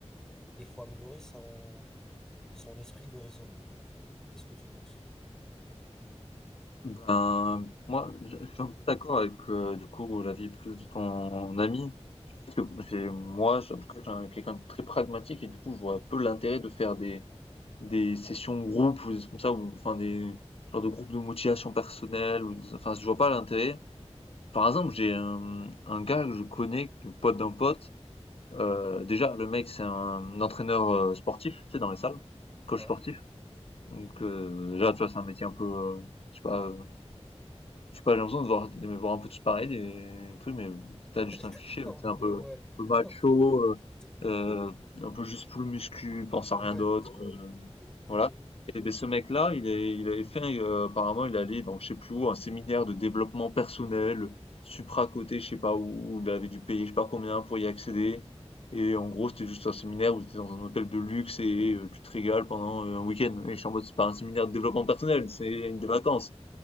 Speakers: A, in the centre; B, on the left (about 60°).
A: et il faut améliorer son, son esprit de raisonnement. Qu'est-ce que tu penses?
B: Ben, pour moi, je je suis un peu d'accord avec euh, du coup l'avis plus de ton ami, parce que j'ai moi, j'ai- en tout cas, j'ai un- quelqu'un de très pragmatique et du coup, je vois peu l'intérêt de faire des des sessions groupes ou des choses comme ça, ou enfin des genre de groupes de motivation personnelle ou des- enfin, je vois pas l'intérêt. Par exemple, j'ai un un gars que je connais, le pote d'un pote. Euh, déjà, le mec, c'est un entraîneur euh, sportif, tu sais, dans les salles, coach
A: Ouais.
B: sportif. Donc euh, déjà, tu vois, c'est un métier un peu, euh, je sais pas Je sais pas, j'ai l'impression de voir de me voir un peu tous pareils, des trucs, mais c'était juste un
A: <laughs>
B: cliché,
A: En
B: mais tu un
A: vrai,
B: peu
A: ouais.
B: un peu macho,
A: <laughs>
B: heu
A: De ouf.
B: heu, un peu juste full muscu, pense à
A: Ouais,
B: rien d'autre,
A: de ouf,
B: heu,
A: de ouf,
B: voilà.
A: de ouf,
B: Et ben ce mec-là, il est il avait fait, heu, apparemment il allait dans je sais plus où, un séminaire de développement personnel, supra-coté, je sais pas où, il avait dû payer je sais pas combien pour y accéder et en gros, c'était juste un séminaire où tu étais dans un hôtel de luxe et heu, tu te régales pendant, heu, un week-end et je suis en mode: «C'est pas un séminaire de développement personnel, c'est des vacances».